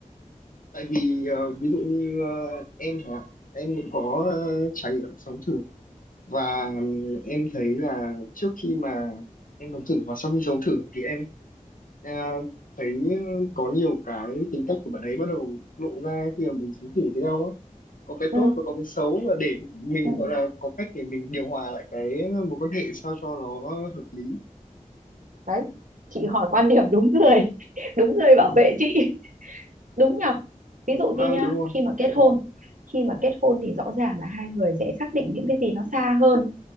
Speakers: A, on the left; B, on the right.
A: Tại vì ờ, ví dụ như ờ, em hả, em cũng có ờ, trải nghiệm sống thử và ừm, em thấy là trước khi mà em sống thử và sau khi sống thử thì em ờ, thấy có nhiều cái tính cách của bạn ấy bắt đầu lộ ra khi mà mình sống thử với nhau á có cái
B: ừ
A: tốt và có cái xấu và để mình
B: ừ
A: gọi là có cách để mình điều hòa lại cái mối quan hệ sao cho nó hợp lý
B: đấy chị hỏi quan điểm đúng người <laughs> đúng người bảo vệ chị <laughs> đúng nhở ví dụ như
A: vâng
B: nha
A: đúng rồi
B: khi mà kết hôn khi mà kết hôn thì rõ ràng là hai người sẽ xác định những cái gì nó xa hơn